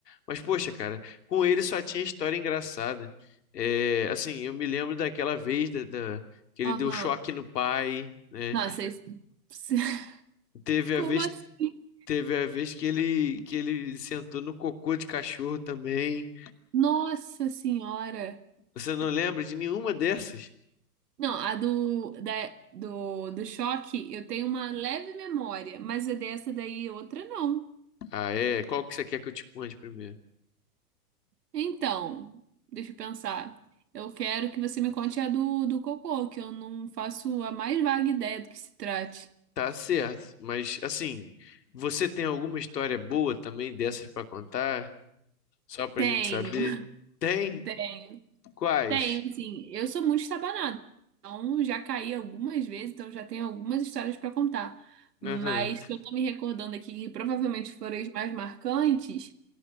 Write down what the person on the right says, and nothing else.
aham.
Nossa, esse... <laughs>
como
assim?
Nossa Senhora!
Não, a do, da, do, do choque, eu tenho uma leve memória, mas a dessa daí, outra não.
Então, deixa eu pensar. Eu quero que você me conte a do, do cocô, que eu não faço a mais vaga ideia do que se trate.
Tenho,
<laughs>
tenho,
tenho, assim. Eu sou muito estabanada, então já caí algumas vezes, então já tenho algumas histórias para contar. Mas
se eu tô me recordando aqui, que provavelmente foram as mais marcantes,